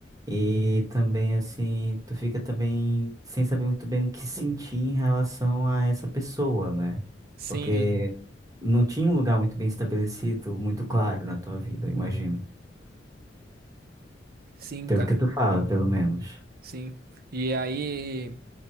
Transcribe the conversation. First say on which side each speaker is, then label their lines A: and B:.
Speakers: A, on the right; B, on the right.
A: E também, assim, tu fica também sem saber muito bem o que sentir em relação a essa pessoa, né?
B: sim,
A: Porque não tinha um lugar muito bem estabelecido, muito claro na tua vida, eu imagino.
B: Sim,
A: Pelo
B: cara.
A: que tu fala, pelo menos.
B: Sim. E aí,